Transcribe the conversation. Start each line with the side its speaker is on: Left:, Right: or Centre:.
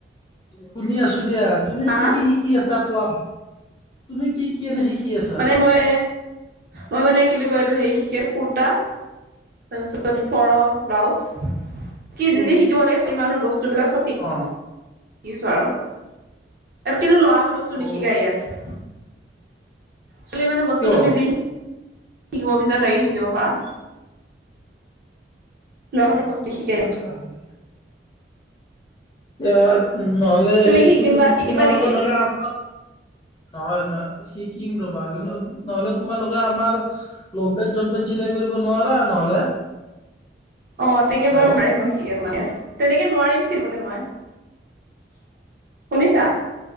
Left: শুনি আছো দিয়া। তুমি
Right: হা
Left: কি
Right: হা
Left: কি শিকি আছা কোৱা? তুমি কি কি এনে শিকি আছা
Right: মানে মই, মই মানে কি বুলি কয় এইটো হেই শিক কুুৰ্তা তাৰপিছত ফৰক, ব্লাউজ। কি
Left: কোৰ
Right: যি যি শিকিব লাগে চ ছোৱালী মানুহৰ বস্তুবিলাক চব শিকি
Left: অ
Right: শিকিছো আৰু। ইয়াত কিন্তু ল'ৰা মান বস্তু নিশিকা
Left: অ
Right: ইয়াত। ছোৱালী মানুহৰ বস্তু
Left: কিয়
Right: তুমি যি শি শিকিব বিচৰা তাকে শিকিব পাৰা। ৰমানু
Left: অ
Right: বস্তু সিজাইত।
Left: হয় হয় হয়। এতিয়া নহলে
Right: তুমি
Left: সেই
Right: শিকিম
Left: তুম
Right: বা শিকিবা
Left: তোমাৰ
Right: নেকি
Left: লগত নহলে আম নহয় নহয় শিকিম ৰবা কিন্তু নহলে তোমালোকে আমাৰ লমপেন চমপেন চিলাই কৰিব নোৱাৰা নহলে?
Right: অ' তেনেকে
Left: হেল্ল'
Right: বাৰু নোৱাৰিম মই সি মানে তেনেকে নোৱাৰিম চিবলে মই। শুনিছা?